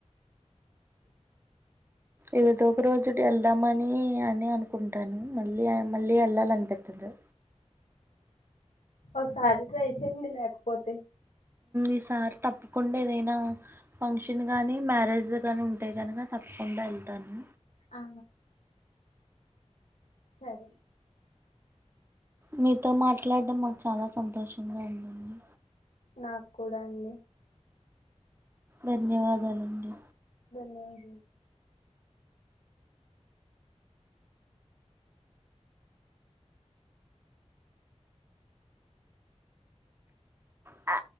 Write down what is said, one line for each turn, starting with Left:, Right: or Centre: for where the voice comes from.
Right: ఏదో ఒక రోజు వెళ్దామని అని అనుకుంటాను మళ్ళీ మళ్ళీ వెళ్ళాలనిపితది
Left: ఒక సారి ట్రైచేసి ంది లేకపోతే
Right: ఈసారి తప్పకుండా ఏదైనా ఫంక్షన్ గానీ మ్యారేజ్ గాని ఉంటే కనుక తప్పకుండా వెళ్తాను
Left: ఆ సరే
Right: మీతో మాట్లాడడం మాకు చాలా సంతోషంగా ఉందండి
Left: నాకు కూడా అండి
Right: ధన్యవాదాలండి
Left: ధన్యవాదాలు
Right: ఆ